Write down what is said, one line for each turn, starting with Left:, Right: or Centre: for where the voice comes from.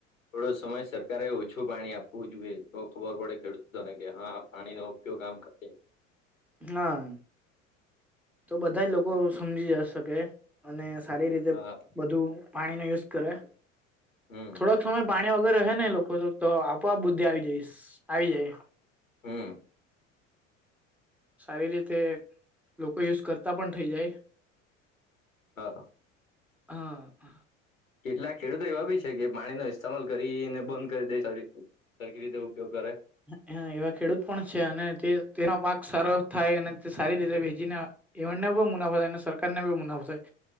Left: થોડો સમય સરકારે ઓછું પાણી આપવું જોઈએ તો ખબર પડે ખેડૂતોને કે હા પાણી નો ઉપયોગ આમ કરે.
Centre: હા તો બધા લોકો સમજી શકે. અને સારી રીતે
Left: હા
Centre: બધું પાણી નો યુઝ કરે
Left: હમ
Centre: થોડક સમય પાણી વગર રહે ને લોકો તો તો આપોઆપ બુદ્ધિ આવી જઈશ આવી જાય.
Left: હા
Centre: સારી રીતે લોકો યુઝ કરતા પણ થઈ જાય.
Left: હા
Centre: હા
Left: કેટલાક ખેડૂતો એવા બી છે કે પાણીનોો ઇસ્તેમાલ કરીને બંધ કરી દે સ સરખી રીતે ઉપયોગ કરે.
Centre: હ એવા ખેડૂત પણ છે અને તે તેનો પાક સારો થાય અને તે સારી રીતે વેચીને એમને પણ મુનાફો થાય અને સરકારને બી મુનાફો થાય.